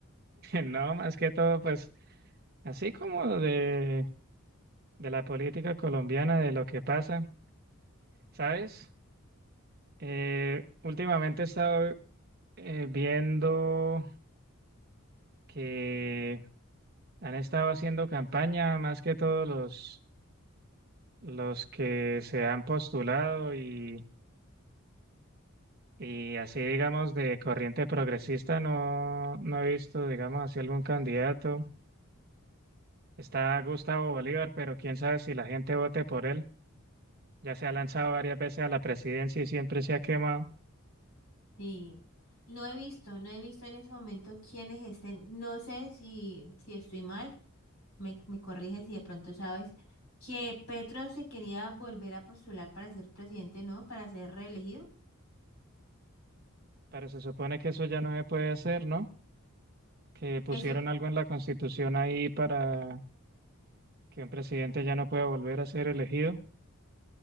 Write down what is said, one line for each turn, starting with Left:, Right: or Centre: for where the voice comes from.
Right: No, más que todo, pues, así como de, de la política colombiana, de lo que pasa, ¿sabes? Eh, últimamente he estado eh, viendo que han estado haciendo campaña más que todos los los que se han postulado y, y así digamos de corriente progresista no, no he visto digamos así algún candidato. Está Gustavo Bolívar, pero quién sabe si la gente vote por él. Ya se ha lanzado varias veces a la presidencia y siempre se ha quemado,
Left: Sí, no he visto, no he visto en ese momento quiénes estén, no sé si, si estoy mal, me, me corriges si de pronto sabes que Petro se quería volver a postular para ser presidente, ¿no? Para ser reelegido.
Right: pero se supone que eso ya no se puede hacer, ¿no? Que pusieron
Left: Eso,
Right: algo en la constitución ahí para que un presidente ya no pueda volver a ser elegido.